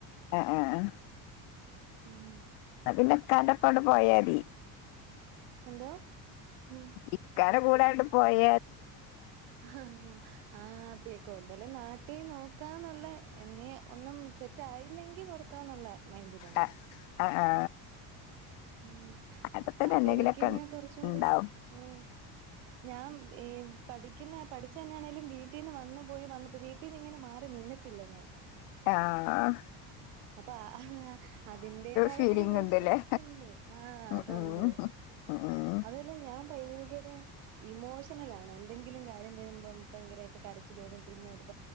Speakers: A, on the left (about 80°); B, on the right (about 85°).
A: ആ ആ ആ
B: ഉം
A: അ പിന്നെ ഇക്കാന്റെ ഒപ്പം അങ്ങട് പോയാതി
B: എന്തോ ഉം
A: ഇക്കാടെ കൂടാങ്ങട്ട് പോയ
B: ആ ആ ആ കൂടുതലും നാട്ടീ നോക്കാന്നുള്ള എന്നീ ഒന്നും സെറ്റ് ആയില്ലെങ്കി പൊറത്താന്നുള്ള മൈന്റിലാണ്
A: അ ആ ആ
B: ഉം
A: അവിടെത്തന്നെ
B: നാട്ടി
A: എന്തെങ്കിലൊക്കെ
B: നിക്കുന്നേയാ കൊറച്ചൂടി
A: ഇണ്ടാവും
B: ഉം ഞാൻ ഏ പഠി ക്കുന്ന പഠിച്ചെ നാണേലും വീട്ടീന്നിങ്ങനെ വന്ന് പോയി വന്നു വീട്ടീന്ന് ഇങ്ങനെ മാറി നിന്നിട്ടില്ല ഞാൻ
A: ആ
B: അപ്പൊ ആ അതിന്റെതായ
A: ഫീലിംഗ്
B: ഒരു പ്രശ്നം
A: ഇണ്ട്ല്ലേ
B: എനിക്കുണ്ട് ആ
A: ഉം
B: അതുണ്ട്
A: ഉം ഉം
B: അതല്ലേ ഞാ ഭയങ്കര ഇമോഷണൽ ആണ് എന്തെങ്കിലും കാര്യം വരുമ്പോ ഭയങ്കരായിട്ട് കരച്ചിൽ വരും പിന്നെ <unintelligible>